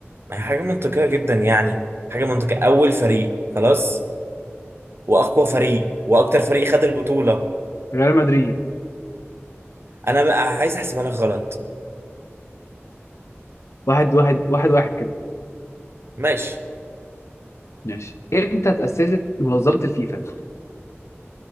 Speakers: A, on the right; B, on the left.
A: حاجة منطقية جدا يعني حاجة منطقية أول فريق خلاص وأقوى فريق وأكتر فريق خد البطولة
B: ريال مدريد
A: أنا بقى عايز أحسبها لك غلط
B: واحد واحد واحد واحد كده
A: ماشي
B: ماشي امتى اتأسست منظمة الفيفا